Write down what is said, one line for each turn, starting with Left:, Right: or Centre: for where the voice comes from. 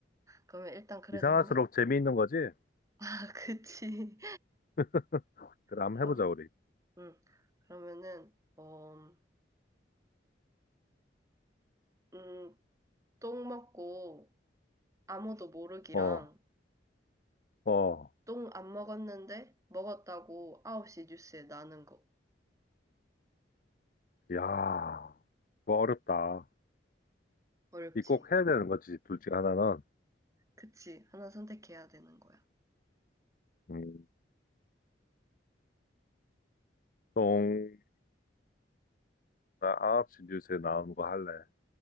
Right: 그러면 일단 그래도
Left: 이상할수록
Right: 한번,
Left: 재미있는 거지?
Right: <laughs> 아, 그치.
Left: <laughs> 그래, 한번
Right: 그럼.
Left: 해보자, 우리.
Right: 응 그러면은, 어, 음, 똥 먹고 아무도 모르기랑
Left: 어, 어,
Right: 똥 안 먹었는데 먹었다고 9시 뉴스에 나는 거.
Left: 야, 이거 어렵다.
Right: 어렵지.
Left: 이 꼭 해야 되는 거지, 둘 중에 하나는.
Right: 그치. 하나 선택해야 되는 거야.
Left: 음, 똥, 나 9시 뉴스에 나오는 거 할래.